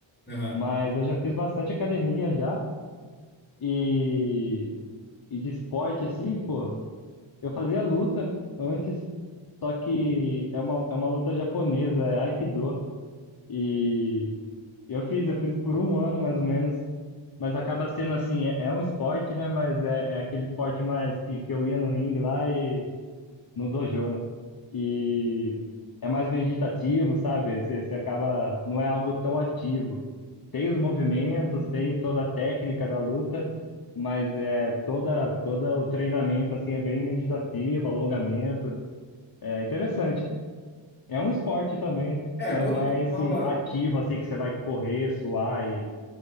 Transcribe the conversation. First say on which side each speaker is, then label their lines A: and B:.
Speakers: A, on the left; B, on the left.
A: Aham.
B: Mas eu já fiz bastante academia já e, e de esporte assim, pô. Eu fazia luta antes, só que é uma, é uma luta japonesa, é Aikido. E eu fiz, eu fiz por um ano mais ou menos, mas acaba sendo assim, é, é um esporte, né, mas é, é aquele esporte mais que, que eu ia no ringue lá e no dojo, né? e é mais meditativo, sabe? Você, você acaba, não é algo tão ativo. Tem os movimentos, tem toda a técnica da luta, mas é toda toda o treinamento assim é bem meditativo, alongamento, é interessante. É um esporte também, né?
A: É,
B: Mas
A: quando
B: não é
A: tu
B: esse
A: fala,
B: ativo assim que você vai correr, suar e,